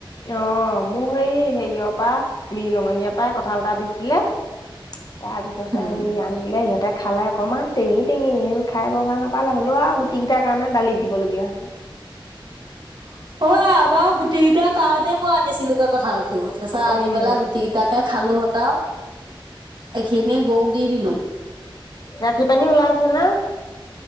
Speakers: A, on the left (about 45°); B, on the right (about 60°).
A: অ মোৰ সেই হেৰিয়ৰ পৰা বিহলঙনিৰ পৰা কঁঠাল এটা দিছিলে। তাৰপিছতে
B: উম,
A: হেৰি আনিলে সিহঁতেক খালে অকণমান টেঙি-টেঙি অ খাই বৰ ভাল নাপালে। হ'লেও আৰু গুটি কেইটাৰ কাৰণে দালিত দিবলগীয়া হৈছে।
B: <unintelligible> অই আমাৰো গুটি কেইটাৰ কাৰণে মই আনিছিলোগে কঠালটো। তাৰপিছত আনি
A: অ'।
B: পেলাই গুটি কেইটাকে খালোঁ <unintelligible> এইখিনি গৰুক দি দিলোঁ।
A: গাখীৰ-পানী ওলাইছে নে?